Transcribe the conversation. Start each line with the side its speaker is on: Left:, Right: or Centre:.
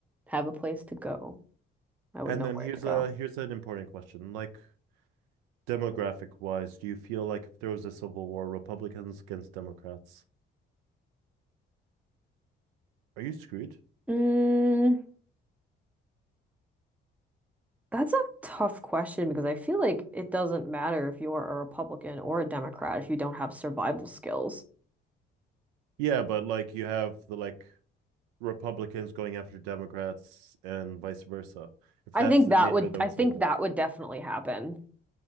Centre: have a place to go. I would
Right: And
Centre: know
Right: then
Centre: where
Right: here's
Centre: to go.
Right: a here's an important question. Like, demographic wise, do you feel like if there was a civil war, Republicans against Democrats, are you screwed?
Centre: Mm, that's a tough question because I feel like it doesn't matter if you're a Republican or a Democrat if you don't have survival skills.
Right: Yeah, but like you have the like Republicans going after Democrats and vice versa. If
Centre: I
Right: that's
Centre: think
Right: the
Centre: that
Right: nature
Centre: would
Right: of the
Centre: I
Right: civil
Centre: think
Right: war.
Centre: that would definitely happen.